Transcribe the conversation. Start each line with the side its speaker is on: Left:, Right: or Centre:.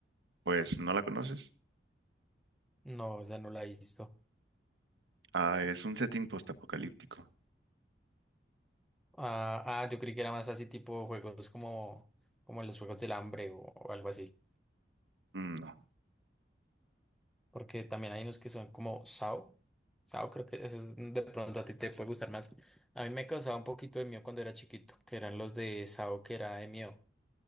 Right: pues, ¿no la conoces?
Centre: no, o sea, no la he visto.
Right: Ah, es un setting postapocalíptico.
Centre: Ah, ah, yo creí que era más así tipo juegos como, como los juegos del hambre o, o algo así.
Right: Mm, no.
Centre: Porque también hay unos que son como SAO. SAO creo que eso es- de pronto a ti te puede gustar más. A mí me causaba un poquito de miedo cuando era chiquito, que eran los de SAO que era de miedo.